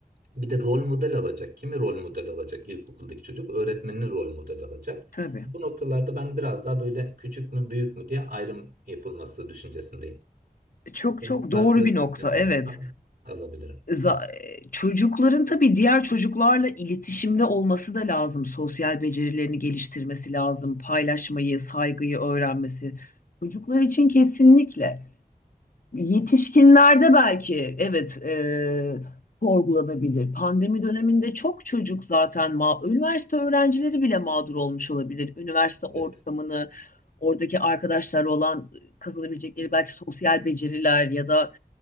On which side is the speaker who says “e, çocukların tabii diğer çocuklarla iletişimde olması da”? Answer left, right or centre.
Left